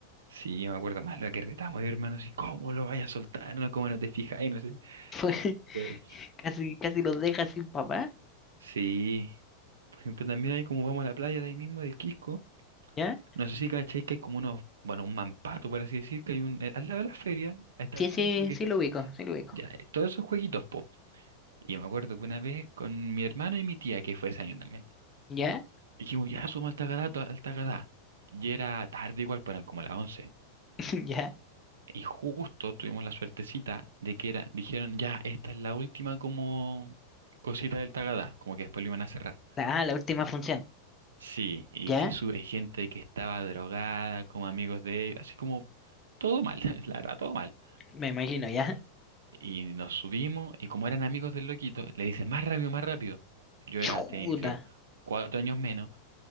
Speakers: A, on the right; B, on the left.
A: Sí, yo me acuerdo más lo que retamos, mi hermano, así, ¿cómo lo vaya a soltar? No, ¿cómo no te fijas? No sé.
B: Fue, <laughs>
A: De-
B: casi, casi los deja sin papá,
A: Sí. Por ejemplo, también hay como vamos a la playa de ahí mismo, del Quisco.
B: ¿ya?
A: No sé si cacháis que hay como unos, bueno, un mampato, por así decir, que hay un, eh, al lado de la feria, ahí está
B: Sí,
A: el centro,
B: sí,
A: que
B: sí
A: es,
B: lo ubico, sí lo ubico.
A: ya, eh, todos esos jueguitos, po. Y yo me acuerdo que una vez con mi hermano y mi tía, que fue ese año también,
B: ¿Ya?
A: dijimos, ya, somos Altagadá, to- Altagadá. Y era tarde igual, pero eran como las once
B: <laughs> ¿Ya?
A: Y justo tuvimos la suertecita de que era, dijeron, ya, esta es la última como cosita del Tagadá, como que después lo iban a cerrar.
B: Ah, la última función.
A: Sí, y
B: ¿Ya?
A: se sube gente que estaba drogada, como amigos de ellos, así como todo mal, <laughs> la verdad, todo mal.
B: Me imagino, ¿ya?
A: Y nos subimos, y como eran amigos del loquito, le dicen, más rápido, más rápido. Yo era,
B: Chuta.
A: tenía, que sé yo, cuatro años menos.